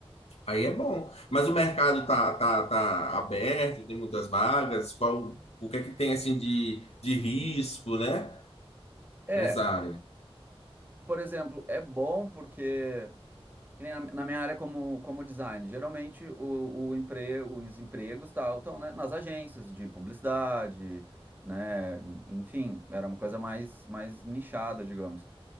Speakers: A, on the left (about 85°); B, on the right (about 20°).
A: Aí é bom. Mas o mercado tá, tá, tá aberto, tem muitas vagas. Qual, o que é que tem assim de, de risco, né?
B: É,
A: Nessa área.
B: por exemplo, é bom porque Que nem na, na minha área como, como design, geralmente o, o emprego, os empregos tal, estão, né, nas agências de publicidade, né? Enfim, era uma coisa mais, mais nichada, digamos.